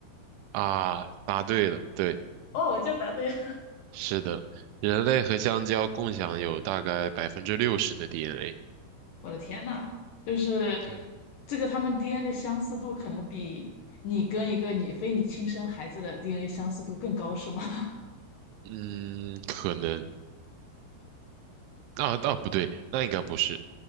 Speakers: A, on the right; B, on the left.
A: 啊，答对了，对，
B: 哦，我就答对了！
A: 是的，人类和香蕉共享有大概百分之六十的 DNA。
B: <laughs> 我的天呐，就是
A: 对，
B: 这个他们 DNA 的相似度可能比你跟一个你非你亲生孩子的 DNA 相似度更高，是吗？<laughs>
A: 嗯，可能，啊，啊，不对，那应该不是。